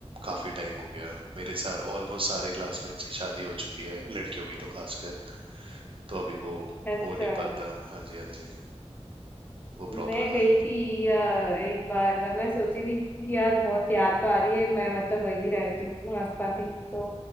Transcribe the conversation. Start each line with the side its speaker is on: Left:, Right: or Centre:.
Right: काफ़ी टाइम हो गया मेरे सार ऑलमोस्ट सारे क्लासमेट्स की शादी हो चुकी है लड़कियों की तो खासकर तो अभी वो
Left: अच्छा
Right: हो नहीं पाता हाँ जी हाँ जी वो प्रॉब्लम
Left: मैं गई
Right: है
Left: थी अ, एक बार मैं सोची थी कि यार बहुत याद तो आ रही है मैं मतलब वही रहती हूँ आसपास ही तो